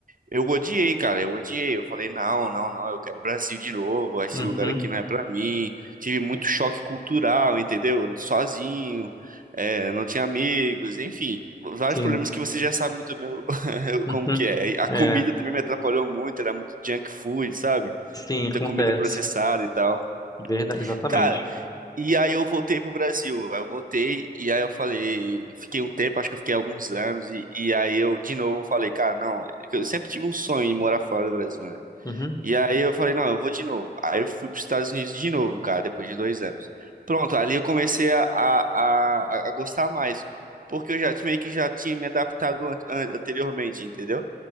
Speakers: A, on the right; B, on the left.
A: eu odiei, cara, eu odiei. Eu falei, não, não, não, eu quero o Brasil de novo. Esse
B: Uhum.
A: lugar aqui não é pra mim. Tive muito choque cultural, entendeu? Sozinho, é, não tinha amigos, enfim. Vários
B: Sim.
A: problemas que você já sabe muito bem o- <laughs>
B: Uhum.
A: como que é. A
B: É.
A: comida também me atrapalhou muito, era muito junk food, sabe?
B: Sim,
A: Muita
B: acontece.
A: comida processada e tal.
B: Verdade, exatamente.
A: Cara, e aí eu voltei pro Brasil. Aí eu voltei e aí eu falei, fiquei um tempo, acho que eu fiquei alguns anos e, e aí eu de novo falei, cara, não, eu sempre tive um sonho de morar fora do Brasil, né?
B: Uhum,
A: E aí eu falei, não, eu vou de novo. Aí eu fui pros Estados Unidos de novo, cara, depois de dois anos. Pronto, ali eu comecei a, a, a, a gostar mais, porque eu já meio que já tinha me adaptado an- an- anteriormente, entendeu?